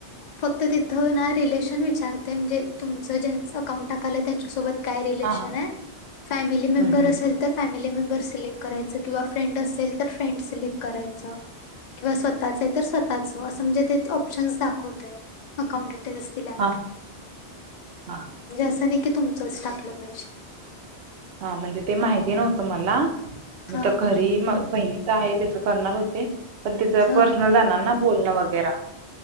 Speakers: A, on the left (about 55°); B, on the right (about 80°).
A: फक्त तिथं ना रिलेशन विचारते म्हणजे तुमचं ज्यांच अकाउंट टाकालंय त्यांच्यासोबत. काय relation
B: हा हा
A: family member
B: hmm hmm.
A: असेल, तर फॅमिली मेंबर्स सिलेक्ट करायच किंवा फ्रेंड असेल तर फ्रेंड सिलेक्ट करायचं. किंवा स्वतःच आहे तर स्वतःच असं म्हणजे तिथं ऑपशन दाखवत होतय अकाउंट डिटेल्स दिल्यावर,
B: हा हा
A: म्हणजे असं नाही. की तुमचंच टाकलं पाहिजे.
B: हा म्हणजे ते माहिती नव्हतं मला मग
A: हा
B: त्या
A: हा
B: घरी
A: हा
B: मगं बहिणी आहे त्याच करणार होते पण तिच
A: हा
B: पर्सनल
A: हा
B: जाणार ना बोलणं वगैरे.